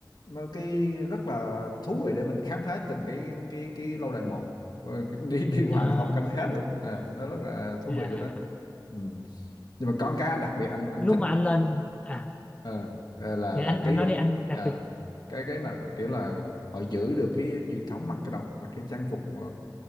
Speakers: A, on the left (about 65°); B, on the left (about 15°).
A: nó cái rất là thú vị để mình khám phá từng cái cái cái lâu đài một Ờ, đi đi hoài
B: Ờ.
A: là không cảm thấy hết luôn à, nó rất là thú
B: À,
A: vị chỗ đó ừ. nhưng mà con cá anh đặc biệt anh anh
B: lúc
A: thích
B: mà anh lên à
A: ờ, ờ, là
B: dạ
A: là
B: anh anh
A: cái
B: nói đi anh đặc
A: à,
B: biệt
A: cái cái mà kiểu là họ giữ được cái truyền thống mặc cái đồng mặc cái trang phục ờ,